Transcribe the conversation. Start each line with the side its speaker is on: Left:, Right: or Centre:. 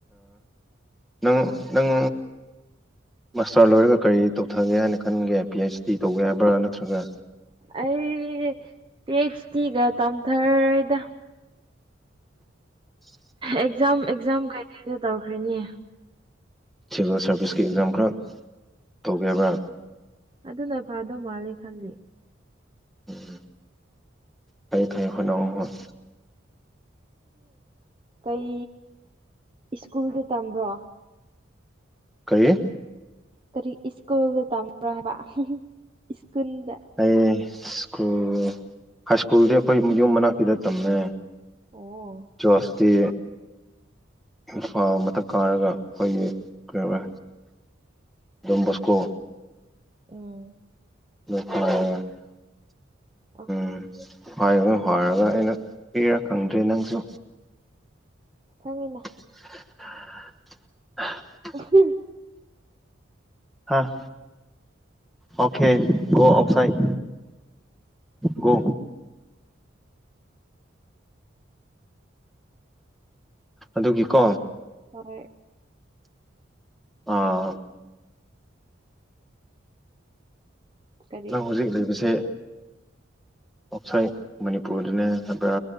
Centre: ꯅꯪ
Right: ꯑꯥ
Centre: ꯅꯪ ꯃꯥꯁꯇꯔ ꯂꯣꯏꯔꯒ ꯀꯔꯤ ꯇꯧꯊꯒꯦ ꯍꯥꯏꯅ ꯈꯟꯒꯦ ꯄꯤ ꯑꯩꯆ ꯗꯤ ꯇꯧꯕ ꯌꯥꯕ꯭ꯔꯥ ꯅꯠꯇ꯭ꯔꯒ
Right: ꯑꯩ ꯇꯖꯇꯤꯒ ꯇꯝ ꯊꯔꯗ
Centre: <inaudible>
Right: ꯑꯦꯛꯖꯥꯝ ꯑꯦꯛꯖꯥꯝ ꯀꯩꯀꯗ ꯇꯧꯈ꯭ꯔꯦꯅꯦ
Centre: ꯁꯤꯚꯤꯜ ꯁꯥꯔꯚꯤꯁꯀꯤ ꯑꯦꯛꯖꯥꯝ ꯈꯔ ꯇꯧꯒꯕ꯭ꯔꯥ
Right: ꯑꯗꯨꯅ ꯐꯥꯗꯧ ꯃꯥꯜꯂꯦ ꯈꯜꯂꯤ
Centre: ꯎꯝ ꯐꯌꯦ ꯐꯩ ꯍꯅ ꯍꯣꯏ
Right: ꯑꯩ ꯀꯩ ꯁ꯭ꯀꯨꯜꯗ ꯇꯝꯕ꯭ꯔꯣ
Centre: ꯀꯩ
Right: ꯀꯔꯤ ꯁ꯭ꯀꯨꯜꯗ ꯇꯝꯃꯔꯣ ꯍꯥꯏꯕ ꯁꯀꯨꯜꯗ
Centre: ꯑꯩ ꯁ꯭ꯀꯨꯜ ꯍꯥꯏ ꯁ꯭ꯀꯨꯜꯗꯤ ꯑꯩꯈꯣꯏ ꯌꯨꯝ ꯃꯅꯥꯛꯛꯇꯗ ꯇꯝꯃꯦ
Right: ꯑꯣ
Centre: ꯆ꯭ꯁꯇꯤ ꯏꯝꯐꯥ ꯃꯊꯛ ꯀꯥꯔꯒ ꯑꯩꯈꯣꯏꯒꯤ ꯀꯩꯅꯋ ꯗꯣꯟꯕꯣꯁꯀꯣ
Right: ꯑ
Centre: <unintelligible>
Right: ꯑ
Centre: ꯎꯝ ꯍꯥꯏꯒꯅꯨ ꯍꯥꯏꯔꯒ ꯑꯩꯅ ꯄꯤꯔ ꯈꯪꯗ꯭ꯔꯦ ꯅꯪꯁꯨ
Right: ꯈꯪꯉꯤꯅꯦ
Centre: <inaudible>
Right: <unintelligible>
Centre: ꯍꯥꯥ ꯑꯣꯀꯦ ꯒꯣ ꯑꯥꯎꯁꯥꯏꯠ ꯒꯣ ꯑꯗꯨꯒꯤꯀꯣ
Right: ꯍꯣꯏ
Centre: ꯑꯥ
Right: ꯀꯔꯤ
Centre: ꯅꯪ ꯍꯧꯖꯤꯛ ꯂꯩꯕꯁꯦ ꯑꯥꯎꯠꯁꯥꯏꯠ ꯃꯅꯤꯄꯨꯔꯗꯅꯦ ꯍꯥꯏꯕ꯭ꯔꯥ